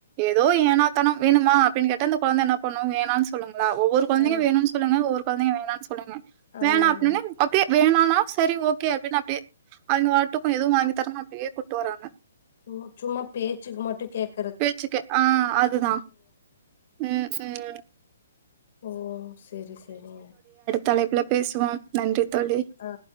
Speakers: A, on the right; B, on the left.
A: ஏதோ ஏனாத்தானோ வேணுமா அப்டினு கேட்டா அந்த கொழந்த என்ன பண்ணு வேணா சொல்லங்களா ஒவ்வொரு கொழந்தைங்க
B: ஆ
A: வேணு சொல்லுங்க ஒவ்வொறு கொழந்தைங்க வேணானு சொல்லுங்க
B: ஆமாங்க
A: வேணா அப்டினோனே அப்டியே வேணானா செரி ஓகே அப்டினு அப்டியே அவீங்க வாட்டுக்கு எதுவு வாங்கி தரமான அப்டியே கூட்டு வராங்க
B: உம் சும்மா பேச்க்கு மட்டு கேட்
A: பேச்சுக்ககே ஆ அதுதா உம் உம்
B: ஓ செரி செரி
A: தலைப்பில பேசுவோ நன்றி தொழி
B: ஆ